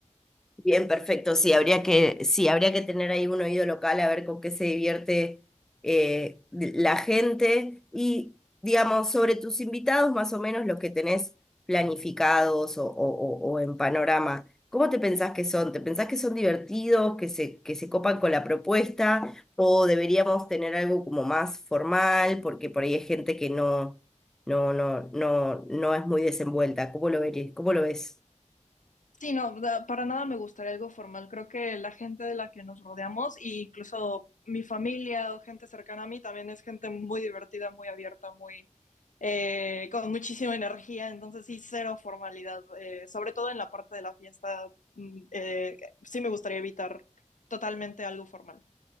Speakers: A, in the centre; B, on the left.
A: Bien, perfecto. Sí, habría que, sí, habría que tener ahí un oído local a ver con qué se divierte eh, di- la gente. Y, digamos, sobre tus invitados, más o menos los que tenés planificados o, o- o- o en panorama, ¿cómo te pensás que son? ¿Te pensás que son divertidos, que se, que se copan con la propuesta? ¿O deberíamos tener algo como más formal? Porque por ahí hay gente que no, no, no, no, no es muy desenvuelta. ¿Cómo lo verí- ¿Cómo lo ves?
B: Sí, no, para nada me gustaría algo formal. Creo que la gente de la que nos rodeamos, e incluso mi familia o gente cercana a mí, también es gente muy divertida, muy abierta, muy eh, con muchísima energía. Entonces sí, cero formalidad, eh, sobre todo en la parte de la fiesta. mm, eh, sí me gustaría evitar totalmente algo formal.